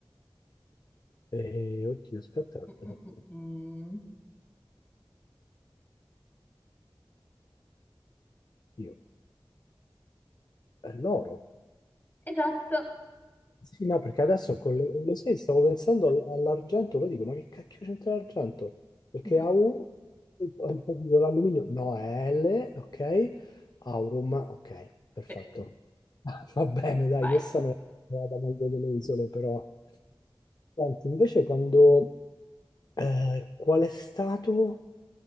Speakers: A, on the left; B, on the left.
A: Eh, oddio, aspetta, aspetta.
B: Mm, mm, mm, mm.
A: Io. È l'oro.
B: Esatto.
A: Sì, no, perché adesso con le, lo sai, stavo pensando all- all'argento, poi dico, ma che cacchio c'entra l'argento? Perché
B: No.
A: AU, eh, poi dico, l'alluminio, no, è L, ok, aurum, ok, perfetto.
B: Sì,
A: <laughs> Va bene, dai,
B: vai.
A: questa me la vado meglio delle isole, però. Senti, invece quando, eh, qual è stato